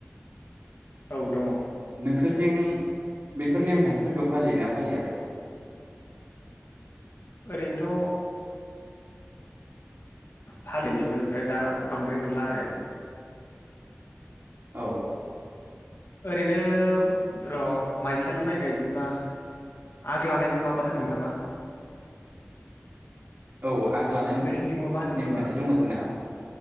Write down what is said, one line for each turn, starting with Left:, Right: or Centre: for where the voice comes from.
Left: औ दङ
Right: नोंसोरथिं बेफोर नेमखान्थिफोरखौ फालियोना फालिया
Left: ओरैनोथ फालिनायमोन ओमफ्राय दा बांद्राय नुला आरो
Right: औ
Left: ओरैनो र' माइसालि माइ गायजेनबा आ लानाय ना माबा होनोमोन
Right: औ
Left: नामा
Right: औ आग लानाय मोनसे
Left: नोंसिनिथिंबो मा होनो
Right: नेमखान्थि
Left: खोमा
Right: दङ जोंना